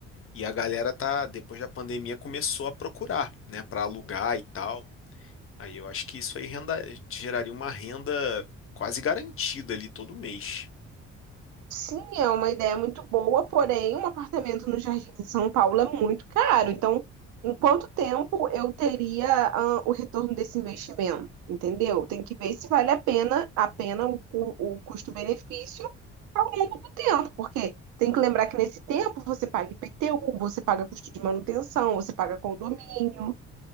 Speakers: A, on the left; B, on the right.
A: E a galera tá, depois da pandemia, começou a procurar, né? Para alugar e tal. Aí eu acho que isso aí renda, geraria uma renda quase garantida ali todo mês.
B: sim, é uma ideia muito boa, porém, um apartamento no Jardim de São Paulo é muito caro. Então, em quanto tempo eu teria, ah, o retorno desse investimento? Entendeu? Tem que ver se vale a pena, a pena o, o o custo-benefício ao longo do tempo, porque tem que lembrar que nesse tempo você paga IPTU, você paga custo de manutenção, você paga condomínio.